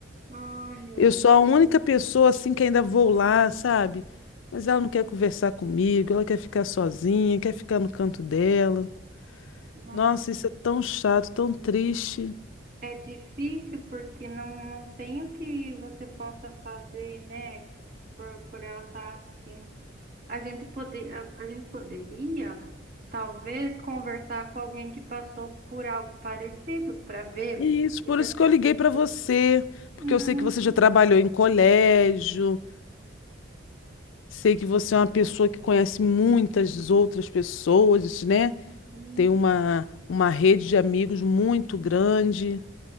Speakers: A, on the right; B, on the left.
A: Ai, meu
B: Eu sou
A: Deus,
B: a única pessoa assim que ainda vou lá, sabe? Mas ela não quer conversar comigo, ela quer ficar sozinha, quer ficar no canto dela.
A: não.
B: Nossa, isso é tão chato, tão triste.
A: É difícil porque não, não tem o que você possa fazer, né? Por, por ela estar assim. A gente poder, a, a gente poderia, talvez, conversar com alguém que passou por algo parecido para ver
B: E isso,
A: se
B: por isso
A: essa
B: que eu
A: pessoa
B: liguei para você, porque
A: Hum,
B: eu sei que você já trabalhou em colégio, sei que você é uma pessoa que conhece muitas outras pessoas, né?
A: hum.
B: tem uma, uma rede de amigos muito grande.